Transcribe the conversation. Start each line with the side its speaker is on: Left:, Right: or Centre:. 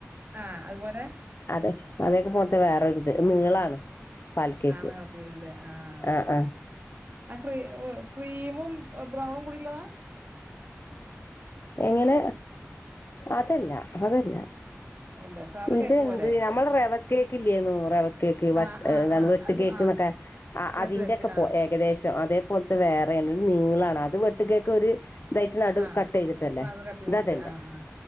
Right: ആ അതുപോലെ
Left: അതെ അതൊക്കെ പോലത്തെ വേറൊരിത് നീളാണ് പാൽ കേക്ക്
Right: ആമ്മ കൊർത്തിരല്ലേ ആഹ ആ
Left: ആഹ്
Right: ശരി
Left: ആഹ്
Right: ആ ക്ര ക്രീമും ബ്രൗണും കൂടിള്ളതാ
Left: എങ്ങനെ അതല്ല അതല്ല
Right: അല്ല സാധാ
Left: ഇതെന്ത്
Right: കേക്ക് പോലെ?
Left: നമ്മെള റെവക്കേക്കില്ലേനൊ റെവക്കേക്ക് <unintelligible>
Right: ആഹ് ആഹ് ആഹ് അത്
Left: കേക്കുന്നൊക്കെ
Right: ആഹ് വെട്ട്
Left: അതിന്റൊക്കെ
Right: കേക്ക് ആഹ്
Left: പോ ഏകദേ ശം അതേപലത്തെ വേറാണ് ഒര് നീളാണ് അത് വെട്ട് കേക്ക ഒരു ഇതായിട്ട് നടു
Right: ആഹ്
Left: കട്ടെയ്തിട്ട ല്ലേ
Right: അത് കത്തിയിലിട്ട്
Left: ഇതതെല്ല
Right: ആഹ് ആഹ്